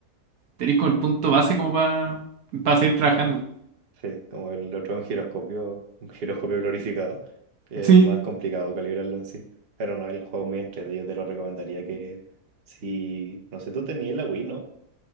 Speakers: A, on the right; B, on the right.
A: tenéis como el punto base como para seguir trabajando.
B: Sí, como el otro es un giroscopio, un giroscopio glorificado. Es
A: Sí,
B: más complicado calibrarlo en sí. Pero no, el juego es muy entretenido, yo te lo recomendaría que... Si... No sé, tú tenías la Wii, ¿no?